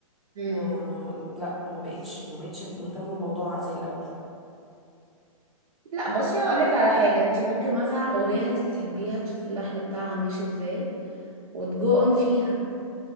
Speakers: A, on the right; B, in the centre.
A: مم.
B: ما لا ما بقتش ما بقتش مهتمة بالموضوع زي الاول
A: لا بصي هقول لك على حاجه انت ممكن مثلا اغنيه انت بتحبيها تشوفي اللحن بتاعها ماشي ازاي وتجو اون فيها